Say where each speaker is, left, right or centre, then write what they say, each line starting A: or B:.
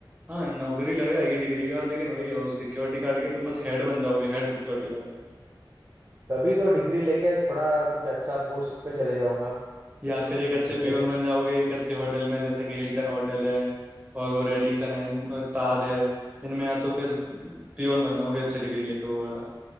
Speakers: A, on the right; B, on the right.
A: हाँ नौकरी लग जाएगी डिग्री के बाद लेकिन वही है वो सिक्योरिटी गार्ड के तुम बस हेड बन जाओगे हेड सिक्योरिटी गार्ड
B: तभी तो डिग्री लेके थोड़ा कुछ अच्छा पोस्ट पे चले जाऊंगा
A: या फिर एक अच्छे
B: उसे
A: पियोन बन जाओगे एक अच्छे होटल में जैसे कि हिल्टन होटल है और वो रेडिसन है और ताज है इनमें या तो फिर पियोन बन जाओगे अच्छे डिग्री लेके वो वाला